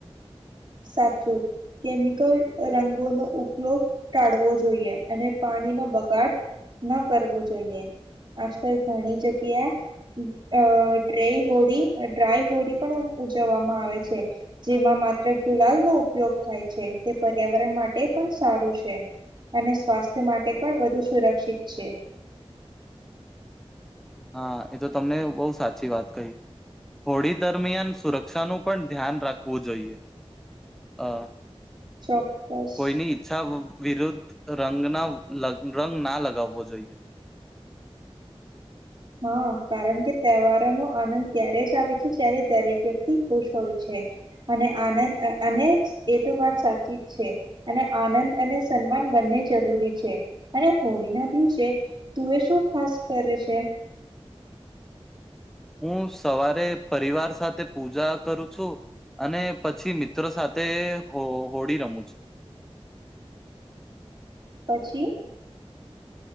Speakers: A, on the right (about 45°); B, in the centre.
A: સાચું, કેમિકલ રંગોનો ઉપયોગ ટાળવો જોઈએ, અને પાણીનો બગાડ ન કરવો જોઈએ, આજકાલ ઘણી જગ્યાએ અ ડ હોડી ડ્રાય હોળી પણ ઉજવવામાં આવે છે જેમાં, ગુલાલનો ઉપયોગ થાય છે, તે પર્યાવરણ માટે પણ સારું છે, અને સ્વાસ્થ્ય માટે પણ વધુ સુરક્ષિત છે.
B: હા એ તો તમને બહુ સાચી વાત કહી, હોળી દરમિયાન સુરક્ષાનું પણ ધ્યાન રાખવું જોઈએ, અ
A: ચોક્કસ
B: કોઈ નિ ઈચ્છા વિરુદ્ધ રંગના લ રંગ ના લગાવવો જોઈએ.
A: હા કારણ કે તહેવારોનો આનંદ ત્યારે જ આવે છે જ્યારે દરેક વ્યક્તિ ખુશ હોય છે, અને આનંદ અને એ તો વાત સાચી જ છે, અને આનંદ અને સન્માન બંને જરૂરી છે, અને હોળી ના દિવસે, તું એ શું ખાસ કરે છે?
B: હું સવારે પરિવાર સાથે પૂજા કરું છું, અને પછી મિત્રો સાથે તે હો હોળી રમું છું.
A: પછી?